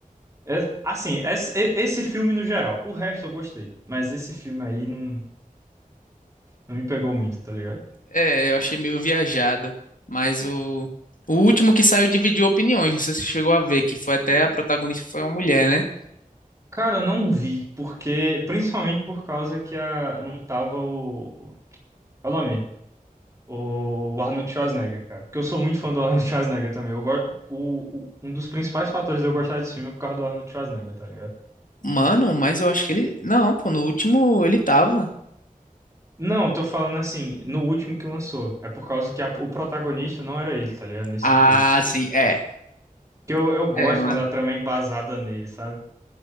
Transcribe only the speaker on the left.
É, eu achei meio viajado. Mas o. O último que saiu dividiu opiniões, não sei se você chegou a ver, que foi até a protagonista foi uma mulher, né?
Mano, mas eu acho que ele. Não, pô, no último ele tava.
Ah,
sim, é.
É, mano.